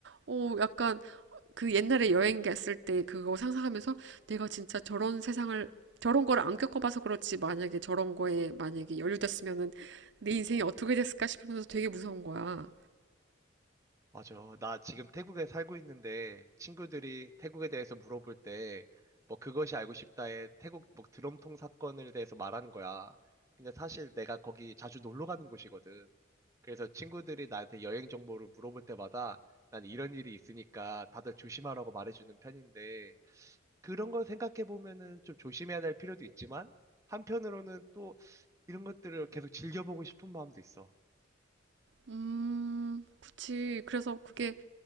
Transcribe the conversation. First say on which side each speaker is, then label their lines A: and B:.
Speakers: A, on the right (about 60°); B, on the right (about 15°).
A: 어, 약간 그 옛날에 여행 갔을 때 그거 상상하면서 내가 진짜 저런 세상을 저런 걸 안 겪어봐서 그렇지 만약에 저런 거에 만약에 연루됐으면은 내 인생이 어떻게 됐을까 싶으면서 되게 무서운 거야.
B: 맞아. 나 지금 태국에 살고 있는데 친구들이 태국에 대해서 물어볼 때 뭐 그것이 알고 싶다에 태국 뭐 드럼통 사건을 대해서 말하는 거야. 근데 사실 내가 거기 자주 놀러 가는 곳이거든. 그래서 친구들이 나한테 여행 정보를 물어볼 때마다 난 이런 일이 있으니까 다들 조심하라고 말해주는 편인데 그런 걸 생각해 보면은 좀 조심해야 될 필요도 있지만 한편으로는 또 이런 것들을 계속 즐겨보고 싶은 마음도 있어.
A: 음, 그치. 그래서 그게